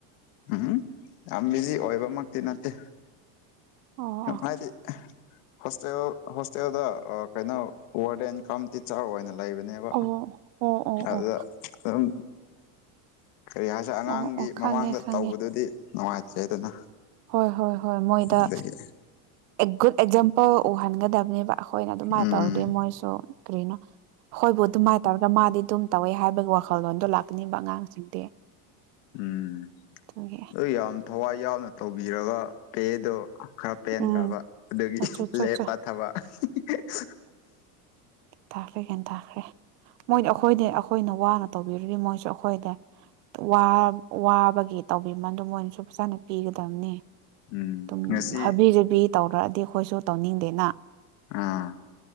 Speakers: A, on the left; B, on the right.
A: <unintelligible> ꯌꯥꯝ ꯕꯤꯖꯤ ꯑꯣꯏꯕ ꯃꯛꯇꯤ ꯅꯠꯇꯦ
B: ꯑꯣ
A: ꯁꯨꯝ
B: ꯑꯣ
A: ꯍꯥꯏꯗꯤ ꯑꯦ ꯍꯣꯁꯇꯦꯜ ꯍꯣꯁꯇꯦꯜꯗ ꯀꯩꯅꯣ ꯋꯥꯔꯗꯦꯟ ꯀꯝ ꯇꯤꯆꯔ ꯑꯣꯏꯅ ꯂꯩꯕꯅꯦꯕ
B: ꯑꯣ ꯑꯣ ꯑꯣ
A: ꯑꯗꯨꯗ
B: ꯑꯣ
A: ꯑꯗꯨꯝ ꯀꯔꯤ ꯍꯥꯏꯁꯦꯔꯥ ꯑꯉꯥꯡꯒꯤ
B: ꯑꯣ ꯑꯣ ꯈꯪꯉꯦ
A: ꯃꯃꯥꯡꯗ
B: ꯈꯪꯉꯦ
A: ꯇꯧꯕꯗꯨꯗꯤ ꯅꯨꯡꯉꯥꯏꯇ꯭ꯔꯦꯗꯅ
B: ꯍꯣꯏ ꯍꯣꯏ ꯍꯣꯏ ꯃꯣꯏꯗ
A: ꯑꯗꯒꯤ
B: ꯑꯦ ꯒꯨꯗ ꯑꯦꯛꯖꯥꯝꯄꯜ ꯎꯍꯟꯒꯗꯝꯅꯦꯕ ꯑꯩꯈꯣꯏꯅ ꯑꯗꯨꯃꯥꯏꯅ
A: ꯎꯝ
B: ꯇꯧꯔꯗꯤ ꯃꯣꯏꯁꯨ ꯀꯔꯤꯅꯣ ꯑꯩꯈꯣꯏꯕꯨ ꯑꯗꯨꯃꯥꯏꯅ ꯇꯧꯔꯒ ꯃꯥꯗꯤ ꯑꯗꯨꯝ ꯇꯧꯋꯦ ꯍꯥꯏꯕ ꯋꯥꯈꯜꯂꯣꯟꯗꯣ ꯂꯥꯛꯀꯅꯤꯕ ꯑꯉꯥꯡꯁꯤꯡꯗꯤ
A: ꯎꯝ
B: ꯑꯗꯨꯒꯤ
A: ꯅꯣꯏ ꯌꯥꯝ ꯊꯋꯥꯏ ꯌꯥꯎꯅ ꯇꯧꯕꯤꯔꯒ ꯄꯦꯗꯣ ꯈꯔ ꯄꯦꯟꯗ꯭ꯔꯕ
B: ꯎꯝ
A: ꯑꯗꯨꯒꯤ
B: ꯑꯆꯣ ꯆꯣ
A: ꯂꯦꯞꯄ
B: ꯆꯣ
A: ꯊꯕꯛ <unintelligible> <inaudible>
B: ꯇꯥꯛꯈ꯭ꯔꯦ ꯒ꯭ꯌꯥꯟ ꯇꯥꯈ꯭ꯔꯦ ꯃꯣꯏꯗꯤ ꯑꯩꯈꯣꯏꯗꯤ ꯑꯩꯈꯣꯏꯅ ꯋꯥꯅ ꯇꯧꯕꯤꯔꯗꯤ ꯃꯣꯏꯁꯨ ꯑꯩꯈꯣꯏꯗ ꯋꯥ ꯋꯥꯕꯒꯤ ꯇꯧꯕꯤꯃꯟꯗꯨ ꯃꯣꯏꯅꯁꯨ ꯐꯖꯟꯅ ꯄꯤꯒꯗꯝꯅꯦ
A: ꯎꯝ
B: ꯗꯨꯝ
A: ꯉꯁꯤ
B: ꯍꯥꯕꯤꯖꯥꯕꯤ ꯇꯧꯔꯛꯑꯗꯤ ꯑꯩꯈꯣꯏꯁꯨ ꯇꯧꯅꯤꯡꯗꯦꯅ
A: ꯑꯥ